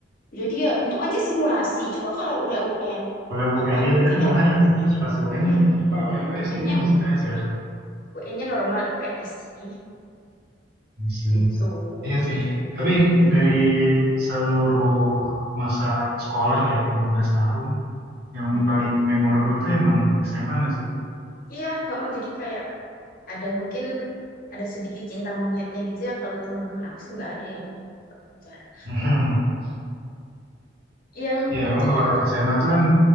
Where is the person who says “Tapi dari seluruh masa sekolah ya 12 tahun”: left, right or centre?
Right